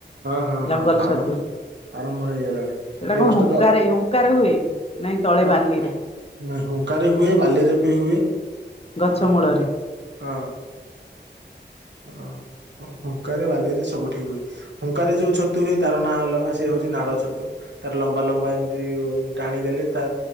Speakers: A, on the right; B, on the left.
A: ହଁ ହଁ
B: ଜଙ୍ଗଲ
A: ହଁ ଆରାମ
B: ଛତୁ।
A: ଆରମ୍ଭ ହେଇଗଲାଣି
B: ଏଇଟା
A: ଏଇ
B: କଣ
A: ବର୍ଷ
B: ହୁଙ୍କାରେ
A: ତ
B: ହୁଙ୍କାରେ ହୁଏ ନାଇଁ ତଳେ
A: ହଁ।
B: ବାଲିରେ
A: ନାଇ ହୁଙ୍କାରେ ହୁଏ ବାଲିରେ ବି ହୁଏ
B: ଗଛ
A: ଅ
B: ମୂଳରେ
A: ହଁ ହଁ ହଁ ହଁ ହୁଙ୍କାରେ ବାଲିରେ ସବୁଠି ହୁଏ ହୁଙ୍କାରେ ଯୋଉ ଛତୁ ହୁଏ ତାର ନାଁ ଅଲଗା ସେଏ ହଉଛି ନାଡ ଛତୁ। ତାର ଲମ୍ବା ଲମ୍ବା ଏମିତି ଟାଣି ଦେଲେ ତା